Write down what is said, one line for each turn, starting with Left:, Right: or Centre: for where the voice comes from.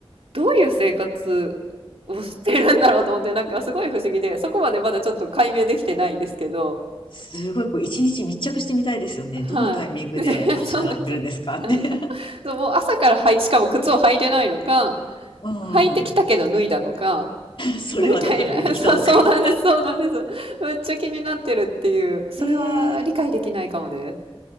Right: どういう生活をしてるんだろうと思って、なんかすごい不思議で、そこまでまだちょっと解明できてないんですけど、
Left: すごい、こう、一日密着してみたいですよね。
Right: はい。
Left: どのタイミングで足洗ってるんですかって。
Right: で、<laughs> そうです。はい
Left: <laughs>
Right: そうもう朝からはい、しかも靴を履いてないのか、
Left: うん。
Right: 履いてきたけど脱いだのか、
Left: それはどこに置いてきたのか。
Right: <laughs> みたいな。<laughs> そう、そうなんです、そうなんです。めっちゃ気になってるっていう。それは理解できないかもです。
Left: ええ